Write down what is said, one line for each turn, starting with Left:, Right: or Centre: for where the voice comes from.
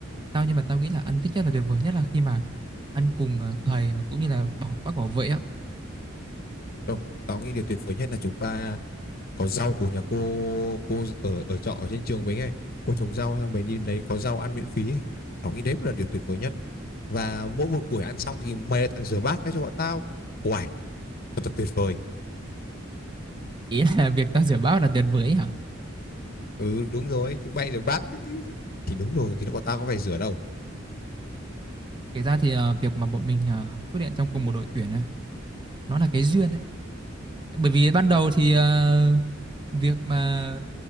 Right: tao nhưng mà tao nghĩ là ăn thích nhất là tuyệt vời nhất là khi mà ăn cùng ờ, thầy và cũng như là bảo, bác bảo vệ á
Left: Không, tao nghĩ điều tuyệt vời nhất là chúng ta có rau của nhà cô cô ở ở trọ ở trên trường mình ấy. Cô trồng rau xong mình đi lấy có rau ăn miễn phí ấy. Tao nghĩ đấy mới là điều tuyệt vời nhất. và mỗi một buổi ăn xong thì mày là thằng rửa bát thay cho bọn tao uầy thật tuyệt vời
Right: ý là <laughs> việc tao rửa bát là tuyệt vời ấy hả
Left: ừ đúng rồi thì mày rửa bát thì, đúng rồi thì bọn tao có phải rửa đâu
Right: kể ra thì ờ, việc mà bọn mình ờ, xuất hiện trong cùng một đội tuyển ấy nó là cái duyên ấy bởi vì ban đầu thì ờ, việc mà